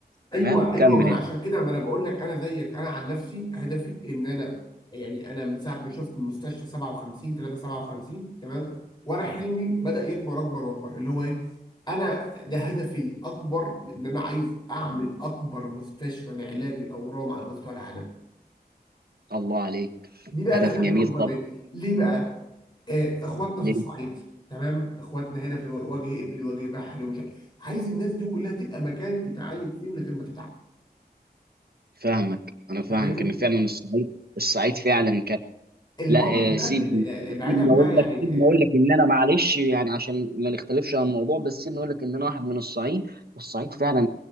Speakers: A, on the left; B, on the right.
A: ايوه
B: تمام
A: ايوه
B: كمل
A: ما انا
B: انت
A: عشان كده ما انا بقول لك انا زيك انا عن نفسي هدفي ان انا يعني انا من ساعه ما شفت المستشفى 57 3 57 تمام وانا حلمي بدا يكبر اكبر واكبر اللي هو ايه انا ده هدفي الاكبر ان انا عايز اعمل اكبر مستشفى لعلاج الاورام على مستوى العالم
B: الله عليك
A: دي بقى
B: هدف
A: الهدف
B: جميل
A: الاكبر
B: طب
A: ليه ليه بقى آه اخواتنا
B: ليه
A: في الصعيد تمام اخواتنا هنا في وجه قبلي وجه بحري ومش عارف. عايز الناس دي كلها تلقى مكان تتعالج فيه من غير ما تتعب
B: فاهمك انا فاهمك
A: فاهمني
B: ان فعلا الصعيد الصعيد فعلا
A: المرض
B: لا
A: ده
B: آه، سيبني
A: ال- ال- بعيدا
B: سيبني اقول
A: بقى يعني
B: لك سيبني
A: آه،
B: اقول لك ان انا معلش يعني عشان ما نختلفش عن الموضوع بس سيبني اقول لك ان انا واحد من الصعيد والصعيد فعلا